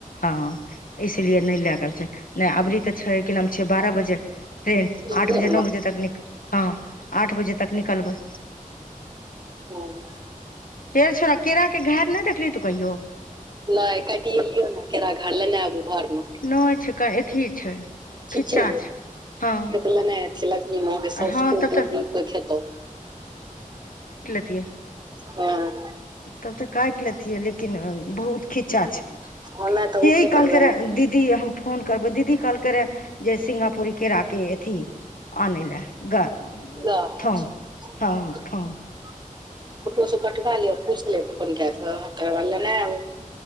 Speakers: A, on the left; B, on the right.
A: ह इसलिए नै लैगल छै नै अबरी तऽ छै कि नाम छै बार‌ह बजे। ट्रेन
B: दिनमे
A: आठ बजे नौ बजे तक निक हँ आठ बजे तक निकलबै।
B: ह।
A: हेरो छोड़ा केरा के घार नहि देखलही तू कहियो।
B: नहि काटिएलिये ने केरा घर लेने आबू भार मे।
A: नैय छै क अथी छै। खिच्चा
B: खिचै यै।
A: छै हँ
B: कथि लै नहि एथिन लक्षमी मँ जे सौस
A: हँ
B: खुब
A: तब
B: डुबडुब
A: तऽ
B: क खेतौ।
A: तीयैह।
B: हँ।
A: तब तऽ काटि लेतिए लेकिन बहुत खिच्चा छै।
B: ओना तऽ
A: हे
B: ओ की
A: इ
B: करबै
A: कहलकै रै दीदीए हम। फोन करबौ दीदी कहलकै रै जे सिंगापुरी केरा के अथी अनै ले ग
B: गाछ।
A: थम
B: ककरो
A: हँ थम
B: से कटबा लिय पूछलेब फोन कै क तकर बाद लेने आबु।